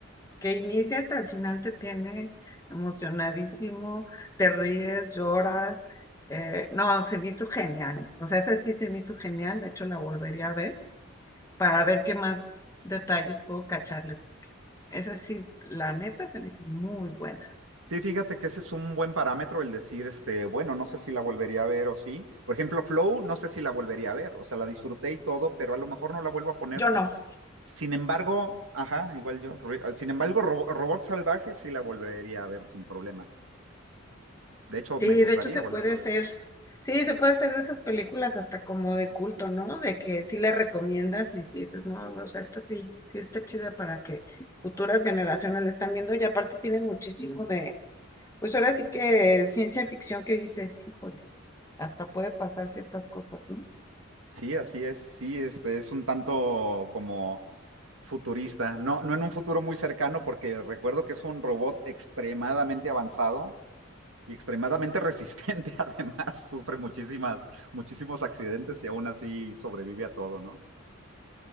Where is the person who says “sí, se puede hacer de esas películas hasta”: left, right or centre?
Left